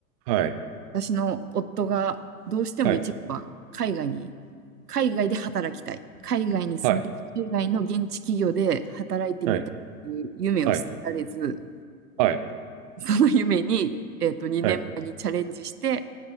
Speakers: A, on the right; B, on the right.
A: はい、
B: 私の夫がどうしても一度は海外に、
A: はい、
B: 海外で働きたい。海外に住んで、
A: はい、
B: 海外の現地企業で働いてみたいという夢を捨てられず、
A: はい、はい、はい、
B: その夢に、えっと、2年前にチャレンジして、
A: はい、